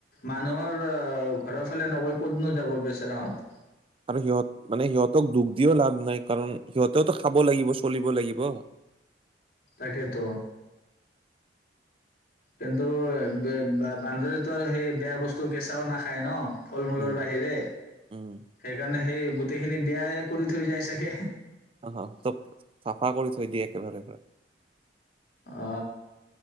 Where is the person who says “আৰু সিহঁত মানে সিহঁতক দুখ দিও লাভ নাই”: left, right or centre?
Right